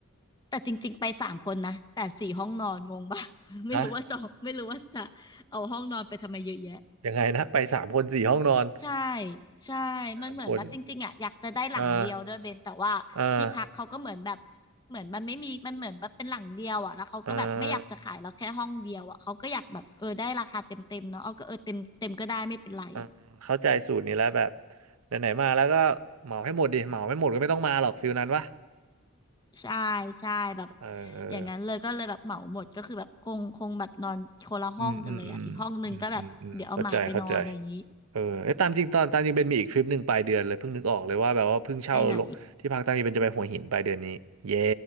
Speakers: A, on the left (about 20°); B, on the right (about 85°).
A: แต่จริงๆไปสามคนนะแต่สี่ห้องนอนงงปะ <laughs> ไม่รู้ว่าจองไม่รู้ว่าจะเอาห้องนอนไปทำไมเยอะแยะ
B: ฮะยังไงนะไปสามคนสี่ห้องนอน
A: ใช่ใช่มันเหมือนแบบจริงๆอ่ะอยากจะได้หลังเดียวด้วยเบนแต่ว่าที่พักเขาก็เหมือนแบบ
B: สามคนเออเออ
A: เหมือนมันไม่มีมันเหมือนแบบเป็นหลังเดียวอ่ะแล้วเขาก็แบบไม่อยากจะขายเราแค่ห้องเดียวอ่ะเขาก็อยากแบบเออได้ราคาเต็มเต็มเนาะเอาก็เออเต็มเต็มก็ได้ไม่เป็นไร
B: เออเออเข้าใจสูตรนี้แล้วแบบไหนๆมาแล้วก็เหมาให้หมดดิเหมาไม่หมดก็ไม่ต้องมาหรอกฟิลนั้นวะ
A: ใช่ใช่แบบ
B: เออเออ
A: อย่างนั้นเลยก็เลยแบบเหมาหมดก็คือแบบคงคงแบบนอนคนละห้องกันเลยอ่ะอีกห้องหนึ่งก็แบบเดี๋ยวเอาหมาไปนอนอะไรอย่างนี้
B: อืมอืมอืมอืมอืมอืมเข้าใจเข้าใจเออไอ้ยตามจริงตอนตามจริงเบนมีอีกทริปหนึ่งปลายเดือนเลยเพิ่งนึกออกเลยว่าแบบว่าเพิ่งเช่าลงที่พักตามจริงเบนจะไปหัวหินปลายเดือนนี้เย่
A: ไปไหน